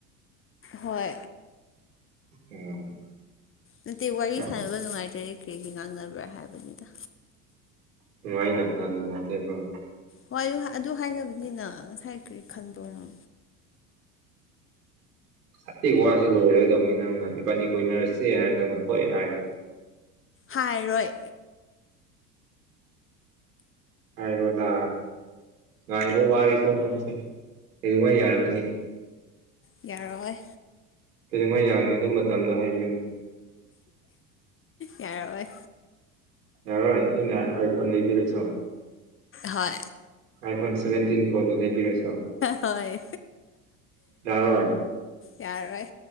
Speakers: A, on the left (about 25°); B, on the right (about 75°).
A: ꯍꯣꯏ
B: ꯎꯝ
A: ꯅꯠꯇꯦ ꯋꯥꯔꯤ
B: ꯌꯥꯝ
A: ꯁꯥꯟꯅꯕ ꯅꯨꯡꯉꯥꯏꯇꯔꯦ ꯀꯔꯤꯒꯤꯩ ꯉꯥꯡꯅꯕ꯭ꯔꯥ ꯍꯥꯏꯕꯅꯤꯗ
B: ꯅꯨꯡꯉꯥꯏꯅ ꯀꯅꯥ ꯅꯨꯡꯉꯥꯏꯗꯦꯕ꯭ꯔꯣ
A: ꯍꯣꯏ ꯑꯗꯨ ꯍꯥꯏꯅꯕꯅꯤꯅ ꯉꯁꯥꯏ ꯀꯔꯤ ꯈꯟꯕ꯭ꯔꯣꯅꯣ
B: ꯁꯇꯤ ꯋꯥꯁꯤ ꯂꯣꯏꯔꯣꯏꯗꯕꯅꯤ ꯅꯪꯅ ꯏꯕꯥꯅꯤ ꯀꯣꯏꯅꯔꯁ ꯍꯥꯏꯔꯦ ꯅꯪꯅ ꯍꯣꯏ ꯍꯥꯏꯅꯤ
A: ꯍꯥꯏꯔꯣꯏ
B: ꯍꯥꯏꯕꯗ ꯉꯥꯏꯕ ꯋꯥꯔꯦꯀꯣ ꯅꯪꯁ ꯀꯩꯃ ꯌꯥꯔꯛꯀꯅꯤ
A: ꯌꯥꯔꯣꯏ
B: ꯀꯩꯗꯧꯉꯥꯏ ꯌꯥꯔꯅꯤ ꯑꯗꯨꯝ ꯃꯇꯝꯗꯣ ꯍꯥꯏꯕꯤꯌꯨꯅꯦ
A: ꯌꯥꯔꯑꯣꯏ
B: ꯌꯥꯔꯣꯏ ꯑꯩꯅ ꯑꯥꯏꯐꯣꯟ ꯂꯩꯕꯤꯔꯁꯨ
A: ꯍꯣꯏ
B: ꯑꯥꯏ ꯐꯣꯟ ꯁꯚꯦꯟꯇꯤꯟ ꯄ꯭ꯔꯣꯗꯣ ꯂꯩꯕꯤꯔꯁꯦ
A: ꯍꯣꯏ
B: ꯌꯥꯔꯣꯏ
A: ꯌꯥꯔꯣꯏ